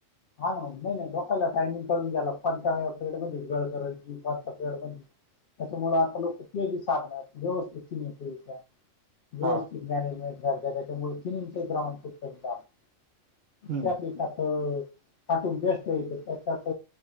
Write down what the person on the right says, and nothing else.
<inaudible>
हा
हम्म